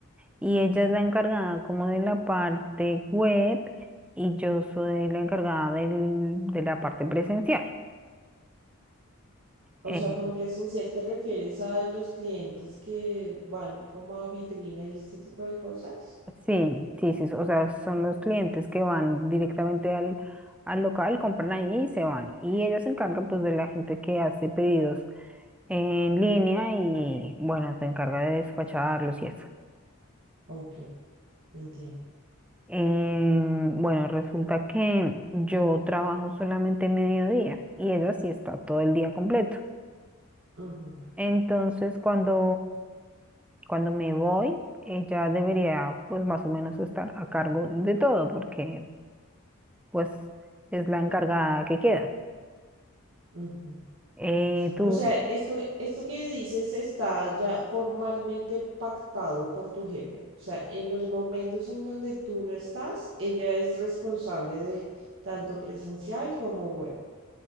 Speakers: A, in the centre; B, on the right.
A: y ella es la encargada como de la parte web y yo soy la encargada del- de la parte presencial.
B: O
A: Eh,
B: sea, con presencial te refieres a los clientes que van como a vitrina y este tipo de cosas.
A: Sí, sí, sí, o sea, son los clientes que van directamente al, al local, compran ahí y se van. Y ellos se encargan pues de la gente que hace pedidos en línea y bueno, se encarga de despacharlos y eso.
B: Ok, entiendo.
A: Em, bueno, resulta que yo trabajo solamente mediodía y ella sí está todo el día completo.
B: Ujú,
A: Entonces, cuando, cuando me voy, ella debería pues más o menos estar a cargo de todo porque pues es la encargada que queda.
B: ujú.
A: Eh, tú,
B: O sea, esto, esto que dices está ya formalmente pactado por tu jefe. O sea, en los momentos en donde tú no estás, ella es responsable de tanto presencial como web.